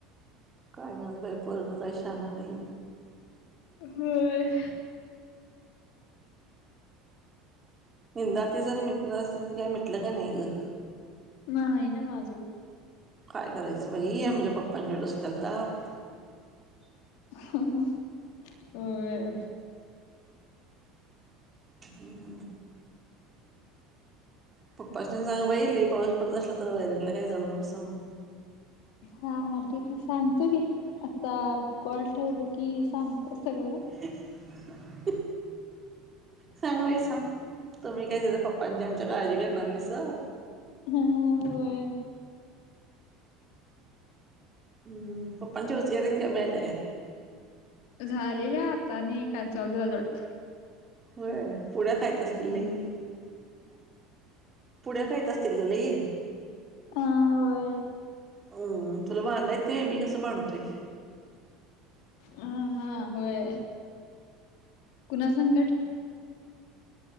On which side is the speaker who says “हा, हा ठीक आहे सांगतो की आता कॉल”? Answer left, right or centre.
Left